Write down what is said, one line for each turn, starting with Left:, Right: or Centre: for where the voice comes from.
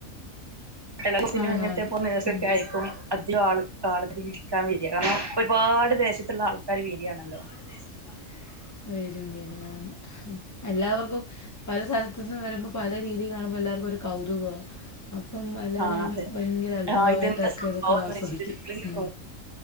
Right: ഇ സിനിം
Left: ആന്നാന്ന്
Right: ഇങ്ങനത്തെ പോലെ നേഴ്സ്ഒക്കെ
Left: ഉണ്ട്
Right: ആയപ്പോ അധികം ആൾ ആൾ ഇവിടെ നിൽക്കാൻ വരാ കാരണം ഒരുപാട് ദേശത്തുള്ള ആൾക്കാര് വെരിയാണല്ലോ
Left: എന്റെ ദേശത്തും കാ വരും വരും ആഹ എല്ലാവർക്കും പല സ്ഥലത്തു നിന്ന് വരുമ്പോൾ പല രീതി കാണുമ്പോ എല്ലാർക്കും ഒരു കൗതുക അപ്പം എല്ലരും
Right: ആ അതെ
Left: ഭയങ്കര അത്ഭുതമായിട്ടാക്കെ
Right: ആ ഇതെന്താ സംഭവംന്ന്
Left: ഇതൊക്കെ ആസ്വദിക്കും
Right: വെച്ചിട്ട് നമ്മളിങ്ങനെ
Left: ഉം